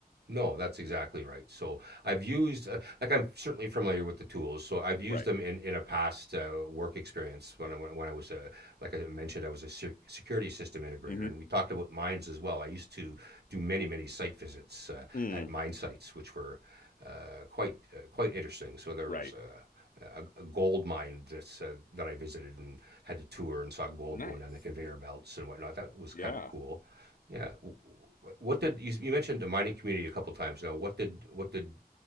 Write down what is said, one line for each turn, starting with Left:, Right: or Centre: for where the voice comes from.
Right: No, that's exactly right. So I've used, uh, like I'm certainly familiar with the tools. So I've used
Left: Right.
Right: them in in a past uh, work experience when I when, when I was a, like I mentioned, I was a sec- security system integrator,
Left: hmm
Right: and we talked about mines as well. I used to do many many site visits uh,
Left: Mm,
Right: at mine sites, which were uh, quite uh, quite interesting. So there
Left: right.
Right: was a a, a gold mine that's uh, that I visited and had to tour and saw gold
Left: Nice.
Right: going down the conveyor belts and whatnot. That was
Left: Yeah.
Right: kind of cool. Yeah. What did you, you mentioned the mining community a couple times now? What did what did